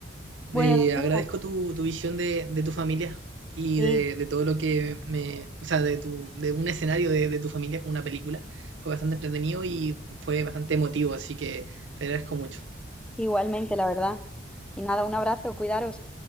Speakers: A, in the centre; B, on the right.
A: Bueno,
B: Eh,
A: lo
B: agradezco tu, tu visión de, de tu familia y
A: Sí,
B: de, de todo lo que me, o sea, de tu, de un escenario de, de tu familia como una película. Fue bastante entretenido y fue bastante emotivo, así que te agradezco mucho.
A: igualmente, la verdad. Y nada, un abrazo, cuidaros.